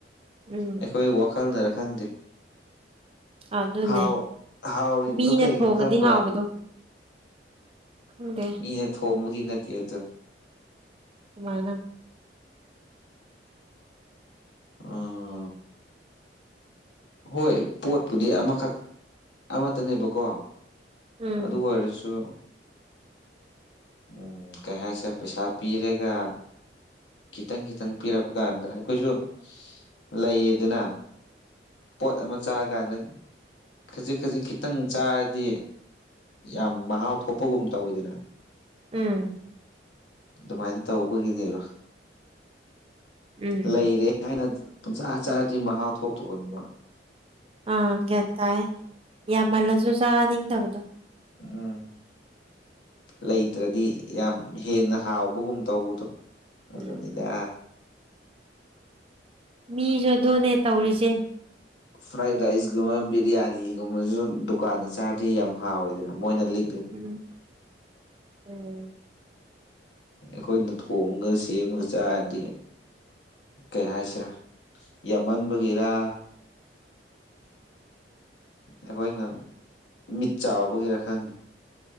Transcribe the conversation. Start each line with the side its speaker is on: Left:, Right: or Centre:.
Right: ꯎꯝ
Left: ꯑꯩꯈꯣꯏ ꯋꯥꯈꯜꯅꯔ ꯈꯪꯗꯦ
Right: ꯑꯗꯨꯅꯦ
Left: ꯍꯥꯎ ꯍꯥꯎꯔꯤꯕꯗꯣ
Right: ꯃꯤꯅ
Left: ꯀꯩꯒꯤꯅꯣ
Right: ꯊꯣꯡꯉꯗꯤ
Left: ꯈꯪꯕ꯭ꯔꯥ
Right: ꯍꯥꯎꯕꯗꯣ ꯈꯪꯗꯦ
Left: ꯃꯤꯅ ꯊꯣꯡꯕꯒꯤ ꯅꯠꯇꯦ ꯑꯗꯣ
Right: ꯀꯃꯥꯏꯅ
Left: ꯑꯥ ꯍꯣꯏ ꯄꯣꯠꯄꯨꯗꯤ ꯑꯃꯈꯛ ꯑꯃꯠꯇꯅꯦꯕꯀꯣ
Right: ꯎꯝ
Left: ꯑꯗꯨ ꯑꯣꯏꯔꯁꯨ ꯎꯝ ꯀꯩ ꯍꯥꯏꯁꯦ ꯄꯩꯁꯥ ꯄꯤꯔꯦꯒ ꯈꯤꯇꯪ ꯈꯤꯇꯪ ꯄꯤꯔꯛꯄ ꯀꯥꯟꯗ ꯑꯩꯈꯣꯏꯁꯨ ꯂꯩꯌꯦꯗꯅ ꯄꯣꯠ ꯑꯃ ꯆꯥꯔ ꯀꯥꯟꯗ ꯈꯖꯤꯛ ꯈꯖꯤꯛ ꯈꯤꯇꯪ ꯆꯥꯔꯗꯤ ꯌꯥꯝ ꯃꯍꯥꯎ ꯊꯣꯛꯄꯒꯨꯝ ꯇꯧꯋꯤꯗꯅ
Right: ꯎꯝ
Left: ꯑꯗꯨꯃꯥꯏꯟ ꯇꯧꯕꯒꯤꯅꯦꯕ
Right: ꯎꯝ
Left: ꯂꯩꯔꯦ ꯍꯥꯏꯅ ꯄꯨꯡꯆꯥ ꯆꯥꯔꯗꯤ ꯃꯍꯥꯎ ꯊꯣꯛꯇꯕꯅꯦꯕ
Right: ꯑꯥ ꯒ꯭ꯌꯥꯟ ꯇꯥꯏ ꯌꯥꯝꯃꯜꯂꯖꯨ ꯆꯥꯅꯤꯡꯗꯕꯗꯣ
Left: ꯎꯝ ꯂꯩꯇ꯭ꯔꯥꯗꯤ ꯌꯥꯝ ꯍꯦꯟꯅ ꯍꯥꯎꯕꯒꯨꯝ ꯇꯧꯕꯗꯣ ꯑꯗꯨꯅꯤꯗ
Right: ꯎꯝ ꯃꯤꯖꯨ ꯑꯗꯨꯅꯦ ꯇꯧꯔꯤꯖꯦ
Left: ꯐ꯭ꯔꯥꯏꯗ ꯔꯥꯏꯁꯀꯨꯝꯕ ꯕꯤꯔꯌꯥꯅꯤꯒꯨꯝꯕꯖꯨ ꯗꯨꯀꯥꯟꯗ ꯆꯥꯔꯗꯤ ꯌꯥꯝ ꯍꯥꯎꯋꯦꯗꯅ ꯃꯣꯏꯅ ꯂꯤꯛ
Right: ꯎꯝ ꯑꯣ
Left: ꯑꯩꯈꯣꯏꯅ ꯊꯣꯡꯉꯒ ꯁꯦꯝꯃꯒ ꯆꯥꯔꯗꯤ ꯀꯩ ꯍꯥꯏꯁꯤꯔꯥ ꯌꯥꯝꯃꯟꯕꯒꯤꯔꯥ ꯑꯩꯈꯣꯏꯅ ꯃꯤꯠ ꯆꯥꯎꯕꯒꯤꯔ ꯈꯪꯗꯦ